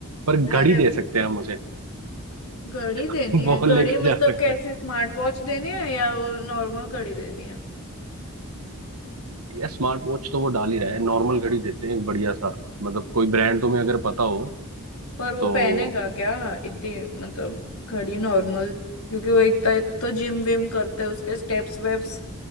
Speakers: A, on the right (about 85°); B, on the left (about 80°).
A: पर घड़ी
B: अरे
A: दे सकते हैं हम उसे
B: घड़ी देनी
A: <laughs>
B: है
A: बॉल
B: घड़ी
A: लेके
B: मतलब
A: जा सकता
B: कैसी
A: है
B: स्मार्ट वॉच देनी है या वो नॉर्मल घड़ी देनी है
A: या स्मार्ट वॉच तो वो डाल ही रहा है नॉर्मल घड़ी देते हैं एक बढ़िया सा मतलब कोई ब्रांड तुम्हें अगर पता हो
B: पर वो
A: तो
B: पहनेगा क्या इतनी मतलब घड़ी नॉर्मल क्योंकि वो एक तो जिम विम करता है उसके स्टेप्स वेप्स